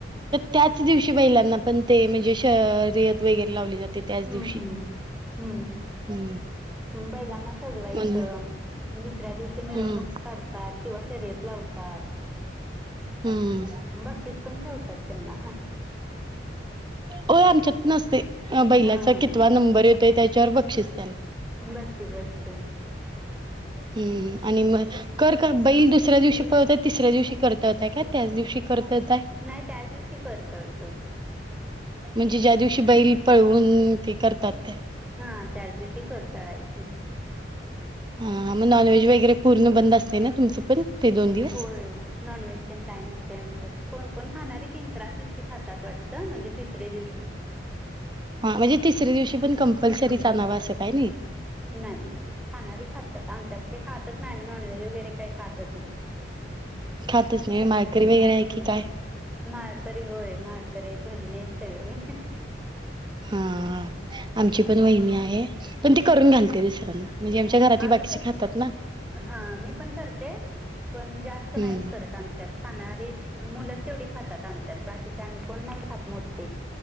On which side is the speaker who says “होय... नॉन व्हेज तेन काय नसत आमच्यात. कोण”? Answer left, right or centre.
Centre